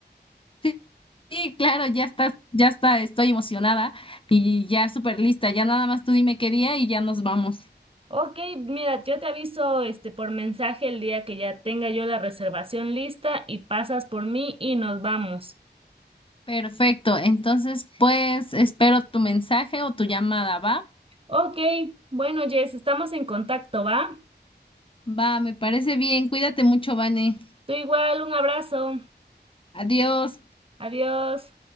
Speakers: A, on the left (about 30°); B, on the right (about 30°).
A: Sí, sí, claro, ya está, ya está, estoy emocionada y ya súper lista. Ya nada más tú dime qué día y ya nos vamos.
B: Ok, mira, yo te aviso este por mensaje el día que ya tenga yo la reservación lista y pasas por mí y nos vamos.
A: Perfecto, entonces pues espero tu mensaje o tu llamada, ¿va?
B: Ok, bueno, Jess, estamos en contacto, ¿va?
A: Va, me parece bien, cuídate mucho, Vane.
B: Tú igual, un abrazo.
A: Adiós.
B: Adiós.